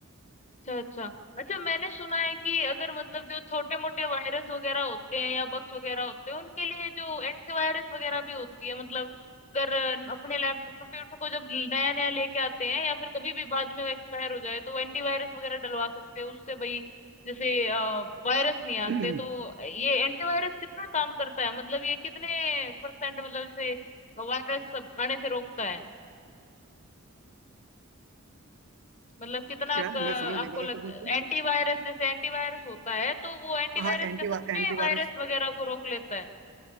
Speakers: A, on the left; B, on the right.
A: अच्छा अच्छा अच्छा मैंने सुना है कि अगर मतलब जो छोटे मोटे वायरस वगैरह होते हैं या बग्स वगैरह होते हैं उनके लिए जो एंटीवायरस वगैरह भी होती है मतलब अगर अपने लैपटॉप कंप्यूटर को जब नया नया लेके आते हैं या फिर कभी भी बाद में वो एक्सपायर हो जाए तो एंटीवायरस वगैरह डलवा सकते हैं उससे भाई जैसे वायरस नहीं
B: <clears throat>
A: आते तो ये एंटीवायरस कितना काम करता है मतलब ये कितने परसेंट मतलब इसे वायरस आने से रोकता है मतलब कितना
B: क्या
A: क-
B: मैं समझ
A: आपको
B: नहीं पाया
A: लग
B: क्या पूछ रहे
A: एंटीवायरस जैसे एंटीवायरस होता है तो वो एंटीवायरस
B: हो? हाँ एंटी
A: क्या सच
B: एंटीवायरस
A: में वायरस वगैरह को रोक लेता है